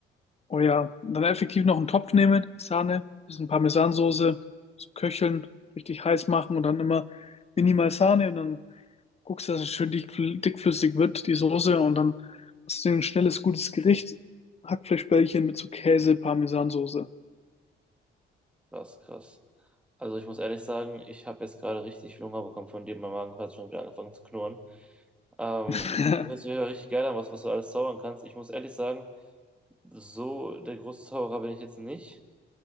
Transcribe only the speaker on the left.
Oh ja, und dann effektiv noch einen Topf nehmen, Sahne, bisschen Parmesansoße zu köcheln, richtig heiß machen und dann immer minimal Sahne und dann guckst du, dass es schön dickfl- dickflüssig wird, die Soße und dann hast du ein schnelles, gutes Gericht. Hackfleischbällchen mit so Käse, Parmesansoße.
<laughs>